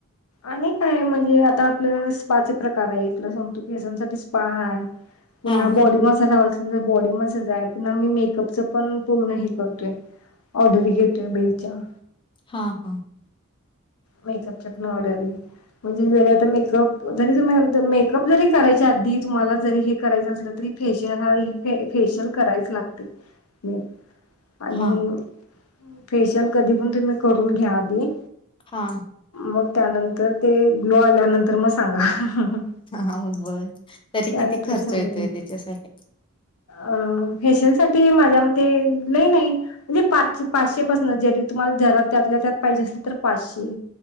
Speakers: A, on the left (about 80°); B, on the left (about 25°).
A: आणि काय म्हणजे आता आपल्या स्पाचे प्रकार आहे इथलं सगतो केसांसाठी स्पा हाय. पुन्हा
B: हा
A: बॉडी मसाज आ पुन्हा बॉडी मसाज आहे पुन्हा मी मेकअपच पण पूर्ण हे करतोय. ऑर्डर घेतोय बेरचा.
B: हा हा.
A: मेकअपच्या पण ऑर्डर म. म्हणजे जरी आता मेकअप जरी तुम्ही मेकअप जरी करायचे आधी तुम्हाला जरी हे करायचं असलं तरी. फेशियल हा फेशियल करायच लागते. मी आणि
B: हा
A: फेशियल कधी पण तुम्ही करून घ्या आधी.
B: हा.
A: मग त्यानंतर ते ग्लो आल्यानंतर मग सांगा.
B: हा बरं तरी
A: त्यानंतर
B: किती खर्च
A: मी समजत
B: येतोय
A: नाही
B: यच्यासाठी?
A: अ फेशिल साठी माझ्या मते लय नाही. म्हणजे पाचशे पाचशे पाासन जरी तुम्हाला जरा त्यातल्या त्यात पाहिजे असंल तर पाचशे.